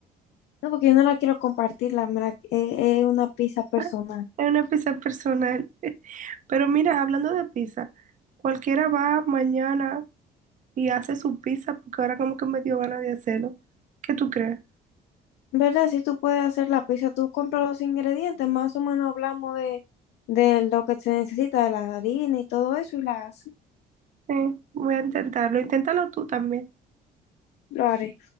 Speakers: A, on the left; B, on the right.
A: no, porque yo no la quiero compartir, la, me la- eh, es una pizza personal.
B: Ah, Es una pizza personal. <laughs> Pero mira, hablando de pizza, cualquiera va mañana y hace su pizza porque ahora como que me dio ganas de hacerlo. ¿Qué tú crees?
A: ¿Verdad? Si tú puedes hacer la pizza, tú compras los ingredientes, más o menos hablamos de, de lo que se necesita, de la harina y todo eso, y la hace.
B: Sí, voy a intentarlo. Inténtalo tú también.
A: Lo haré.